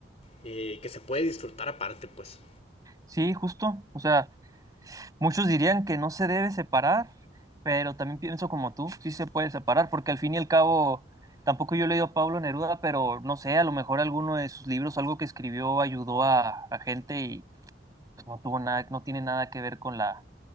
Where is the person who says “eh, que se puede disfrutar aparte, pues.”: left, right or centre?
Left